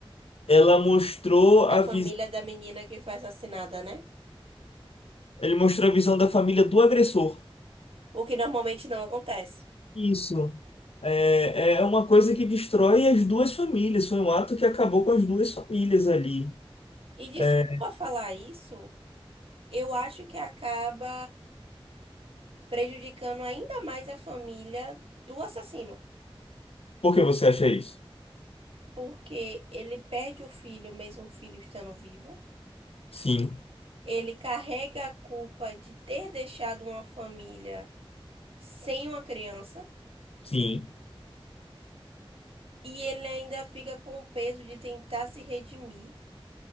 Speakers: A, on the left; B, on the right.
A: Ela mostrou a
B: da família
A: visão.
B: da menina que foi assassinada, né?
A: Ele mostrou a visão da família do agressor.
B: O que normalmente não acontece.
A: Isso. É, é uma coisa que destrói as duas famílias. Foi um ato que acabou com as duas famílias ali.
B: E desculpa
A: É,
B: falar isso. Eu acho que acaba prejudicando ainda mais a família do assassino,
A: por que você acha isso?
B: porque ele perde o filho, mesmo o filho estando vivo.
A: Sim,
B: Ele carrega a culpa de ter deixado uma família sem uma criança,
A: sim,
B: e ele ainda fica com o peso de tentar se redimir,